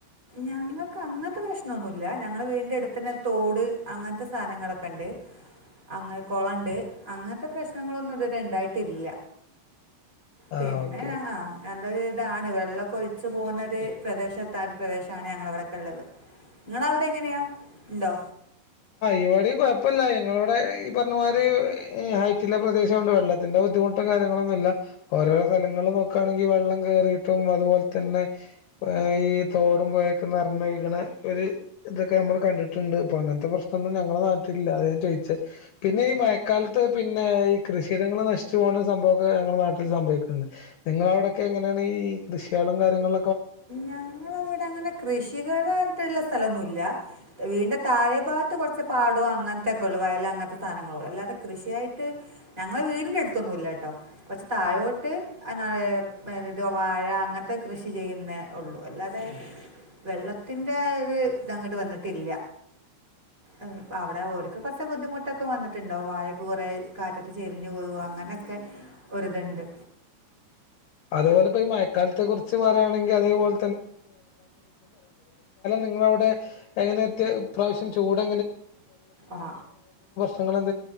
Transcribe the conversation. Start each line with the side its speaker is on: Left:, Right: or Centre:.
Right: ഞങ്ങക്കങ്ങത്തെ പ്രശ്നൊന്നുല്ല ടുത്തിന തോട് അങ്ങനത്ത സാനങ്ങളക്ക്ണ്ട് അങ കൊളണ്ട്. അങ്ങത്ത പ്രശ്നങ്ങളൊന്നുത് വരെണ്ടായിട്ടില്ല
Left: ആ
Right: പിന്നെ
Left: ഓക്കെ
Right: അ
Left: ഓക്കെ
Right: <unintelligible> താണ്. വെള്ളൊക്കൊയിച്ച് പോന്നത് <inaudible> <unintelligible> പ്രദേശാണ് ഞങ്ങളവിടെക്കുള്ളത്. ങ്ങളവിടെയെങ്ങനെയാ ഇണ്ടോ
Left: ഇവിടെം കൊയപ്പില്ല. ഞങ്ങടവിടെ ഈ പറഞ്ഞാതിരി ഹൈറ്റ്ള്ള പ്രദേശാണ്ട് വെള്ളത്തിന്റെ ബുദ്ധിമുട്ട് കാര്യങ്ങളൊന്നുല്ല. ഓരോരോ സലങ്ങള് നോക്ക്ആണെങ്കി വെള്ളം കേറീട്ടും അതുപോലതന്നെഅ ഈ തോടും പുയേക്ക നെറഞ്ഞൊയ്കണ ഇത് എന്തൊക്ക നമ്മള് കണ്ടിട്ടൊണ്ട്. അപ്പ അങ്ങന പ്രശ്നങ്ങ ളൊന്നും ഞങ്ങള നാട്ടില്ല. അത ഞാൻ ചോയ്ച്ചെ. പിന്നെ ഈ മയക്കാലത്ത് പിന്നെ കൃഷിയിടങ്ങള് നശിച്ച് പോന്ന സംഭവക്ക ഞങ്ങളെ നാട്ടിൽ സംഭവിക്ക്ന്ന്ണ്ട്. നിങ്ങള അവിടക്കെങ്ങനെയാണ് ഈ കൃഷികളും കാര്യങ്ങളു
Right: ഞങ്ങളവ്ടങ്ങനെ കൃഷികള് ത്രെള്ള സ്ഥലൊന്നുല്ല വീടിന്റെ തായേ ഭാഗത്ത്‌ കൊർച്ച് പാടും അങ്ങൻത്തെക്കൊള്ളു വയല് അങ്ങൻത്തെ സാനങ്ങളൊള്ളു അല്ലാതെ കൃഷിയായിട്ട് ഞങ്ങളെ വീടിന്റെട്ത്തൊന്നുല്ലട്ടോ കൊച്ച് തായോട്ട് <unintelligible> വാഴ അങ്ങൻത്തെ കൃഷി ചെയ്യ്ന് ഒള്ളു അല്ലാതെ വെള്ളത്തിന്റെ ര് തങ്ങട്ട് വന്നിട്ടില്ല ഉം അവടെ ഓര്ക്ക് കൊച് ബുദ്ധിമുട്ടൊക്കെ വന്നിട്ടുണ്ടാകും വാഴക്കെ കൊറേ കാറ്റത് ചെരിഞ്ഞു വികും അങ്ങനെക്കെ ഒര്ത്ണ്ട്
Left: അതെ പൊലെ പ്പ മഴക്കാലത്തെ കുർച്ച് പറയാണെങ്കിൽ അതെ പോൽ നിങ്ങളവിടെ എങ്ങനെ ഇപ്രാവശ്യം ചൂട്
Right: ആ
Left: ങ്ങള്